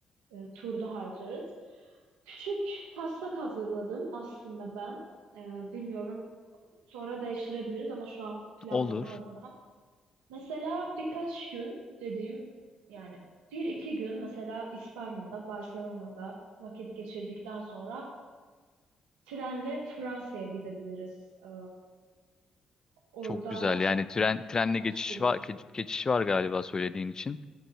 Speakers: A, on the right; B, on the left.
A: E, turda harcarız. Küçük taslak hazırladım aslında ben. E, bilmiyorum Sonra değiştirebiliriz ama şu an planlama
B: olur.
A: adına. Mesela birkaç gün dediğim yani bir iki gün mesela İspanya'da, Barcelona'da vakit geçirdikten sonra trenle Fransa'ya gidebiliriz. Ee, orada
B: Çok güzel. Yani tren trenle
A: birkaç
B: geçiş
A: gün.
B: var geçiş var galiba söylediğin için.